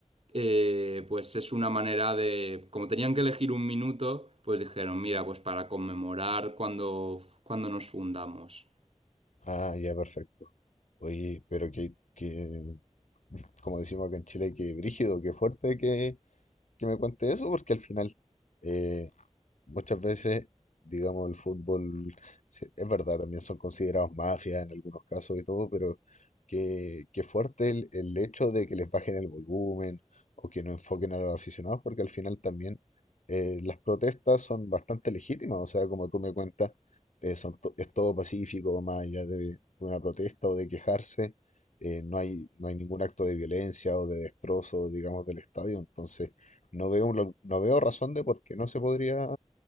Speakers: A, on the right (about 55°); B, on the left (about 75°).
A: eh, pues es una manera de, como tenían que elegir un minuto, pues dijeron, mira, pues para conmemorar cuando, cuando nos fundamos.
B: Ah, ya, perfecto. Oye, pero que, <laughs> como decimos acá en Chile, que brígido, que fuerte que, que me cuente eso, porque al final eh, muchas veces, digamos, el fútbol, se- es verdad, también son considerados mafias en algunos casos y todo, pero qué, qué fuerte el, el hecho de que les bajen el volumen o que no enfoquen a los aficionados, porque al final también eh, las protestas son bastante legítimas, o sea, como tú me cuentas, eh, son to- es todo pacífico, más allá de, de una protesta o de quejarse. eh, no hay, no hay ningún acto de violencia o de destrozo, digamos, del estadio. Entonces, no veo, un- no veo razón de por qué no se podría